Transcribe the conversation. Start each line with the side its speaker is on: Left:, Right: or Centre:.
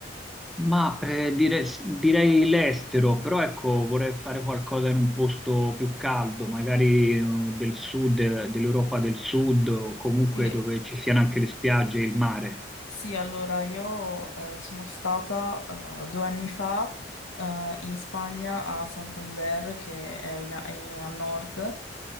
Centre: Ma eh, dire- direi l'estero, però ecco, vorrei fare qualcosa in un posto più caldo, magari eh, del sud, eh, dell'Europa del Sud o comunque
Left: Sì,
Centre: dove ci siano anche le spiagge e il mare.
Left: Sì, allora io eh, sono stata eh, due anni fa eh, in Spagna a Santander, che è, in- è al nord,